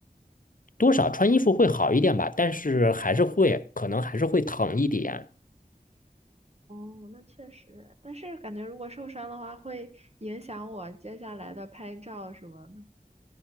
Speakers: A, on the left; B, on the right.
A: 多少穿衣服会好一点吧，但是还是会可能还是会疼一点。
B: 哦，那确实，但是感觉如果受伤的话，会影响我接下来的拍照什么的。